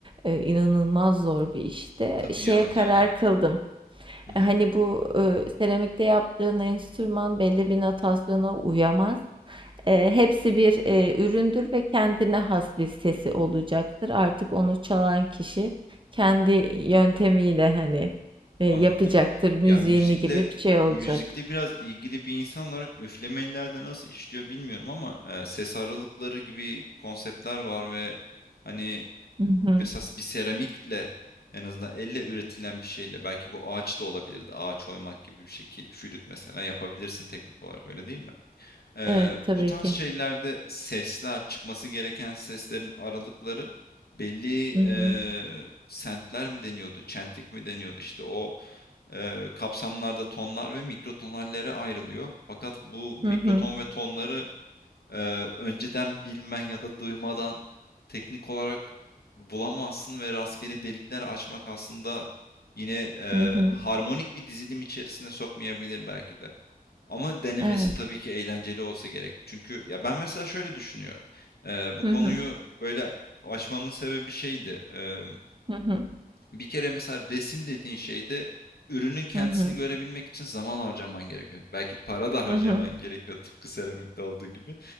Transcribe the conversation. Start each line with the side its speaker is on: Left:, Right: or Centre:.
Right: e, inanılmaz zor bir işte.
Left: Tabii
Right: Şeye
Left: ya
Right: karar
Left: yani
Right: kıldım.
Left: hı hı,
Right: E, hani bu e, seramikte yaptığın enstrüman belli bir notasyona uyamaz. E, hepsi bir e, üründür ve kendine has bir sesi olacaktır. Artık onu çalan kişi kendi yöntemiyle hani e,
Left: anladım.
Right: yapacaktır müziğini
Left: Ya müzikle
Right: gibi bir şey olacak.
Left: müzikle biraz ilgili bir insan olarak üflemelilerde nasıl işliyor bilmiyorum ama e, ses aralıkları gibi konseptler var ve hani
Right: Hı hı.
Left: mesela bir seramikle en azından elle üretilen bir şeyle belki bu ağaç da olabilirdi. Ağaç oymak gibi bir şey ki flüt mesela yapabilirsin teknik olarak öyle değil mi? Eee,
Right: Evet
Left: bu
Right: tabii
Left: tarz
Right: ki.
Left: şeylerde sesler, çıkması gereken seslerin aralıkları belli, eee,
Right: Hı hı.
Left: sentler mi deniyordu, çentlik mi deniyordu? İşte o eee, kapsamlarda tonlar ve mikrotonallere ayrılıyor. Fakat bu mikroton
Right: Hı hı.
Left: ve tonları eee, önceden bilmen ya da duymadan teknik olarak bulamazsın ve rastgele delikler açmak aslında yine eee,
Right: Hı hı.
Left: harmonik bir dizilim içerisine sokmayabilir belki de. Ama denemesi
Right: Evet.
Left: tabii ki eğlenceli olsa gerek. Çünkü ya ben mesela şöyle düşünüyorum. Ee, bu
Right: Hı
Left: konuyu
Right: hı.
Left: böyle açmamın sebebi şeydi. Ee,
Right: Hı hı.
Left: bir kere mesela resim dediğin şeyde ürünün kendisini
Right: Hı hı.
Left: görebilmek için zaman harcaman gerekiyor. Belki para da harcaman
Right: Hı hı.
Left: gerekiyor tıpkı seramikte olduğu gibi.